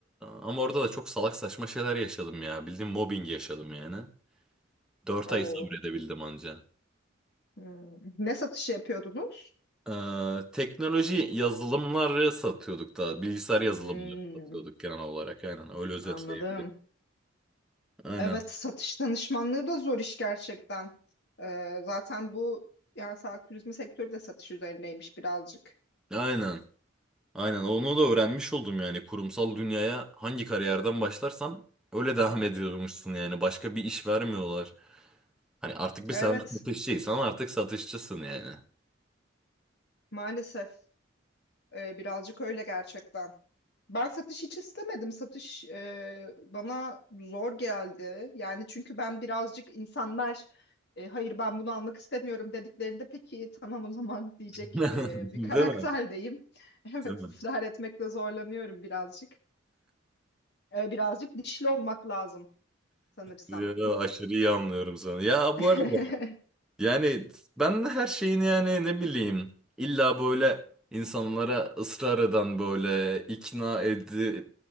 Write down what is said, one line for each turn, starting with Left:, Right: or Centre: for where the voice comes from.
Centre: ama orada da çok salak saçma şeyler yaşadım ya. Bildiğin mobbing yaşadım yani. 4
Left: Oo.
Centre: ay sabredebildim anca.
Left: Hmm. Ne satışı yapıyordunuz?
Centre: Ee, teknoloji yazılımları satıyorduk da. Bilgisayar yazılımları
Left: Hmm,
Centre: satıyorduk genel olarak. Aynen öyle özetleyebilirim.
Left: anladım.
Centre: Aynen.
Left: Evet, satış danışmanlığı da zor iş gerçekten. Ee, zaten bu yani saat turizmi sektörü de satış üzerineymiş birazcık.
Centre: Aynen. Aynen onu da öğrenmiş oldum yani. Kurumsal dünyaya hangi kariyerden başlarsan öyle devam ediyormuşsun yani. Başka bir iş vermiyorlar. Hani artık bir
Left: Evet,
Centre: sen satışçıysan artık satışçısın yani.
Left: maalesef e, birazcık öyle gerçekten. Ben satış hiç istemedim. Satış e, bana zor geldi. Yani çünkü ben birazcık insanlar e, hayır ben bunu almak istemiyorum dediklerinde peki tamam o zaman <laughs> diyecek
Centre: <laughs>
Left: e, bir karakterdeyim.
Centre: Değil mi?
Left: <laughs> Evet
Centre: Değil mi?
Left: ısrar etmekte zorlanıyorum birazcık. E, birazcık dişli olmak lazım sanırsam.
Centre: Ya, aşırı iyi anlıyorum sana. Ya
Left: <laughs>
Centre: bu arada Yani ben de her şeyin yani ne bileyim illa böyle insanlara ısrar eden böyle ikna edi-